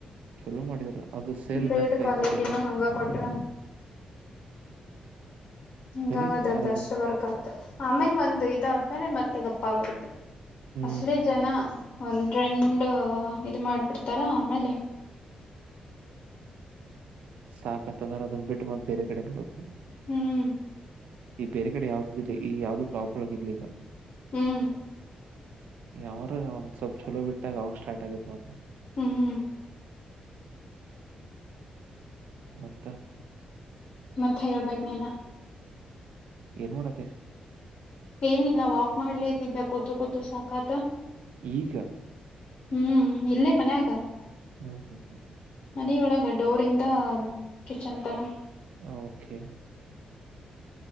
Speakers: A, on the right; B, on the left.
A: ಚಲೋ ಮಾಡಿದರ ಅದು ಸೇಲ್
B: ಬಿಲ್ಡ್
A: ಇನ್ನತ್ ಕೈತ
B: ಕ್ವಾಲಿಟಿನೂ
A: ಅದ್ರದ್ದು
B: ಹಂಗ ಕೊಟ್ರ ಹಿಂಗಾಗದರ್ದ
A: ಐತ್ ಕಾರ್ ಅದು.
B: ಅಷ್ಟ ವರ್ಕ್ ಆತ ಆಮೇಲೆ ಒಂದು ಇದಾದ್ಮೇಲೆ ಮತ್ತೆ ಗಪ್ಪ ಬಿಡ್ತು
A: ಹ್ಮ್.
B: ಅಷ್ಟಲಿ ಜನ ಒಂದು ಟ್ರೆಂಡ್ ಇ ಮಾಡ್ಬಿಡ್ತಾರಾ ಆಮೇಲೆ
A: ಸಾಕತ್ ಅಂದ್ರೆ ಅದನ್ನ ಬಿಟ್ಟು ಮತ್ತ್ ಬೇರೆ ಕಡೆ ನೋಡೋದು
B: ಹ್ಮ್
A: ಈ ಬೇರೆ ಕಡೆ ಯಾವ್ದ ಇಲ್ಲಿ ಈ ಯಾವ್ದು ಟಾಪ್ ಒಳಗ ಇಲ್ಲ ಈಗ
B: ಹ್ಮ್
A: ಯರ ಒಂದ್ ಸ್ವಲ್ಪ್ ಚಲೋ ಬಿಟ್ಟಾಗ ಅವಾಗ ಸ್ಟಾರ್ಟ್ ಆಗತ್ ಮತ್ತೆ
B: ಹ್ಮ್ ಹ್ಮ್
A: ಮತ್ತೆ
B: ಮತ್ತೆ ಹೇಳ್ಬೇಕ್ ನೀನ್
A: ಏನ್ ಮಾಡೋತ್ತೆ
B: ಏನಿಲ್ಲ ವಾಕ್ ಮಾಡ್ಲತಿದ್ದ ಕೂತು ಕೂತು ಸಾಕತ್
A: ಈಗ
B: ಹ್ಮ್ ಇಲ್ಲೇ ಮನ್ಯಾಗ
A: ಹ್ಮ್ ಹ್ಮ್ ಹ್ಮ್
B: ಮನ ಒಳಗ ಡೋರಿಂದ ಕಿಚನ್ ತನ
A: ಓಕೆ